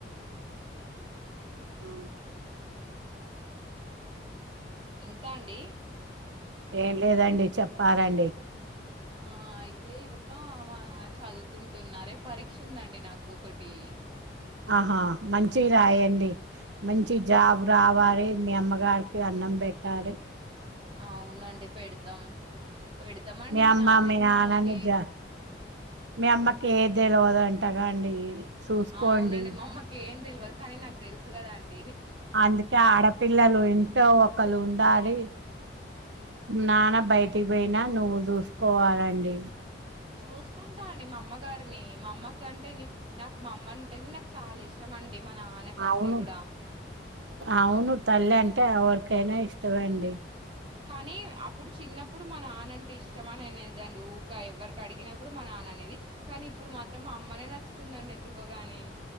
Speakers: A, on the right; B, on the right.
A: ఆ
B: ఇంకా అండి
A: ఏం లేదండి చెప్పాలండి
B: ఆ అయి లే ఈంగా మ <unintelligible> పరీక్ష ఉందండి నాకు ఒకటి
A: ఆహా మంచిగా రాయండి మంచిగా జాబ్ రావాలి మీ అమ్మగారికి అన్నం పెట్టాలే
B: అవునండి పెడతాం పెడతామండి
A: మీ
B: మా
A: అమ్మ
B: నాన్నకి
A: మీ నాన్న
B: మా అమ్మకి
A: నీ జ మీ అమ్మకీ ఏది తెలవద ఎంతక అండి చూసుకోండి
B: అవునండి అమ్మకి ఏం తెల్వదుకానీ నాకు తెలుసు కదండ్
A: అందుకే ఆడపిల్లలు ఎంతో ఒక్కలు ఉండాలి నాన్న బయటికి పోయినా నువ్వు చూసుకోవాలండి
B: చూసుకుంటా అండి మా అమ్మగారిని మా అమ్మకంటే నాకు మా అమ్మ అంటేనే నాకు చాలా ఇష్టం అండి మా నాన్న కంటే
A: అవును
B: కూడా
A: అవును తల్లి అంటే ఎవర్ కైనా ఇష్టమే అండి
B: కానీ అప్పుడు చిన్నప్పుడు మన నాన అంటే ఇష్టమ అని అనేదండి ఊకా ఎవరికి అడిగినా కూడా మన నాన్న అనేది కానీ ఇప్పుడు మాత్రం మా అమ్మనే నచ్చుతుందండి ఎందుకోగాని